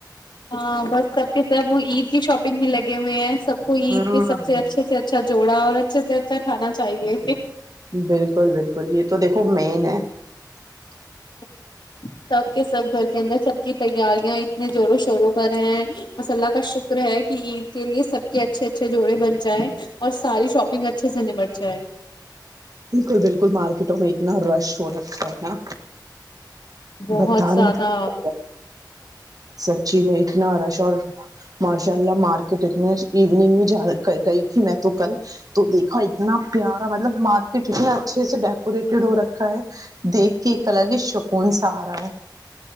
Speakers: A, on the left; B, on the right.
A: ہاں بس سب کے سب ایزی شاپنگ ہی لگے ہوئے ہیں <unintelligible> سب کو عید
B: ہاں
A: پہ سب سے اچھے سے اچھا جوڑا عت <unintelligible> ا سے زیاھہ کھانا چاہیے <unintelligible>
B: بالکل بالکل یہ تو دیکھو مین ہے <unintelligible>
A: ہ سب کے سب گھر کے اندر سب کی تیاریاں اتنے زوروں شوروں <unintelligible> ہیں بس اللہ کا شکر ہے کہ عید کے لیے سب کے اچھے اچھے جوڑے بن جائیں <unintelligible> اور ساری شاپنگ اچھے سے نمٹتا ہے <unintelligible>
B: بالکل بالکل مارکیٹوں میں اتنا رش ہو رکھا ہے نا
A: بہت
B: بتا نہیں
A: زیادہ
B: سکتے سچی میں اتنا رش اور ماشاء اللہ مارکیٹ اتنے ایوننگ میں جا گئی تھی میں تو کل تو دیکھا اتنا پیارا مطلب مارکیٹ اتنے اچھے سے ڈیکوریٹڈ ہو رکھا ہے دیکھ کے ایک الگ شکون سے سارا ہے